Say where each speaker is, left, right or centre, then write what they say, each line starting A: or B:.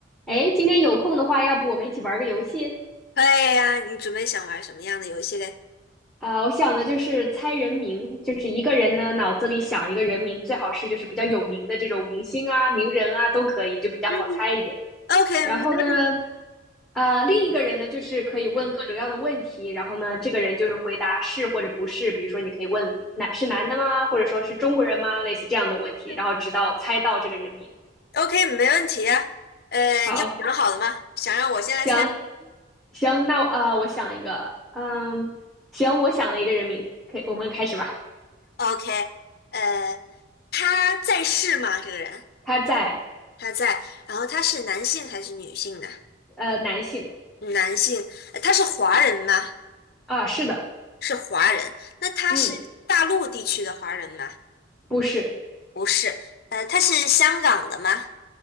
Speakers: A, in the centre; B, on the left.
A: 哎，今天有空的话，要不我们一起玩个游戏？
B: 可以呀，你准备想玩什么样的游戏嘞
A: 啊、我想的就是猜人名，就是一个人呢脑子里想一个人名，最好是就是比较有名的这种明星啊、名人啊都可以，就比较好猜一点。
B: 嗯？OK，
A: 然后呢，
B: 没问题
A: 呃，另一个人呢就是可以问各种各样的问题，然后呢，这个人就是回答是或者不是，比如说你可以问男是男的吗，或者说是中国人吗，类似这样的问题，
B: 嗯，
A: 然后直到猜到这个人名。
B: ，OK，没问题啊。呃，
A: 好，
B: 你有想好了吗？想让我先来猜
A: 行行，那我呃，我想一个，嗯，行，我想了一个人名，可以，我们开始吧。
B: ？OK，呃，他在世吗？这个人
A: 他在
B: 他在，然后他是男性还是女性呢？
A: 呃，男性
B: 男性，呃他是华人吗？
A: 啊，是的，
B: 是华人。那他是大陆地区的华人吗？
A: 嗯，不是，
B: 不是。呃，他是香港的吗？